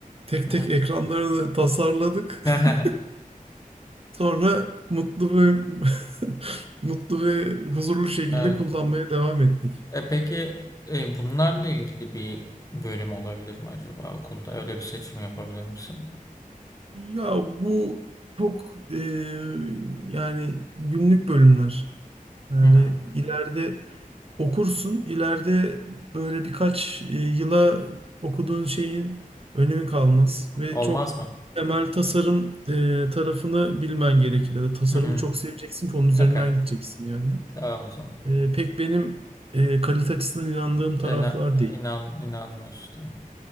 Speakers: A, on the right; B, on the left.
A: Tek
B: Hı
A: tek ekranlarını tasarladık.
B: hı.
A: <laughs> Sonra mutlu ve <laughs> mutlu ve huzurlu şekilde
B: <laughs> Evet.
A: kullanmaya devam ettik.
B: E peki e, bunlarla ilgili bir bölüm olabilir mi acaba okulda? Öyle bir seçim yapabilir misin?
A: Ya bu çok e, yani günlük bölümler. Yani
B: Hı.
A: ileride okursun. ileride böyle birkaç e, yıla okuduğun şeyin önemi kalmaz ve
B: Olmaz
A: çok
B: mı?
A: temel tasarım e, tarafını bilmen gerekir. Ya da tasarımı
B: Hı.
A: çok seveceksin ki onun üzerinden
B: Okay.
A: gideceksin yani.
B: Tamam o zaman.
A: E, pek benim e, kalite açısından inandığım taraflar
B: Sen
A: değil.
B: inan inanmıyorsun. Tamam.